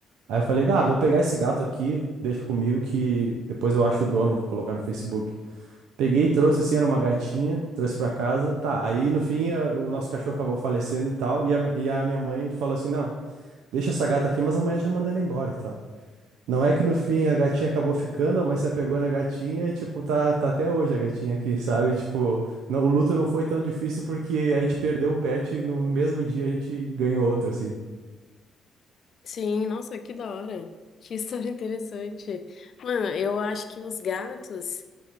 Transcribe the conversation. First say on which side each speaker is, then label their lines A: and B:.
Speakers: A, on the right (about 80°); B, on the left (about 55°).
A: Aí eu falei, ah, vou pegar esse gato aqui, deixa comigo que depois eu acho o dono, vou colocar no Facebook. Peguei, trouxe assim, era uma gatinha, trouxe pra casa, tá. Aí no fim a- o nosso cachorro acabou falecendo e tal, e a, mi- e a minha mãe falou assim, não, deixa essa gata aqui, mas amanhã já manda ela embora e tal. Não é que no fim a gatinha acabou ficando, a mãe se apegou na gatinha e, tipo, tá, tá até hoje a gatinha aqui, <laughs> sabe? Tipo, não- o luto não foi tão difícil porque a gente perdeu um pet e no, no mesmo dia a gente ganhou outro, assim.
B: Sim, nossa, que da hora. Que história <laughs> interessante. Mano, eu acho que os gatos.